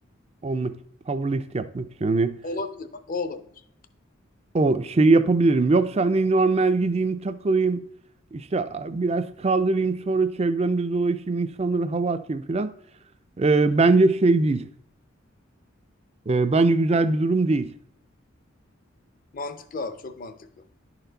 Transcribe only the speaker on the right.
olmak, powerlift yapmak için. Hani
o şeyi yapabilirim. Yoksa hani normal gideyim takılayım işte biraz kaldırayım sonra çevremde dolaşayım insanlara hava atayım filan. Ee, bence şey değil. Ee, bence güzel bir durum değil.